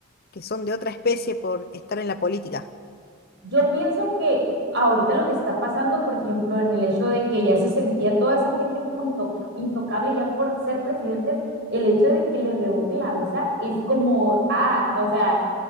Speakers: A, on the left; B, on the right.
A: que son de otra especie por estar en la política.
B: Yo pienso que ahorita lo que está pasando, por ejemplo, en el hecho de que ya se sentía toda esa gente como into- intocable ya por ser presidentes, el hecho de que le revoquen la visa es como, ah, o sea,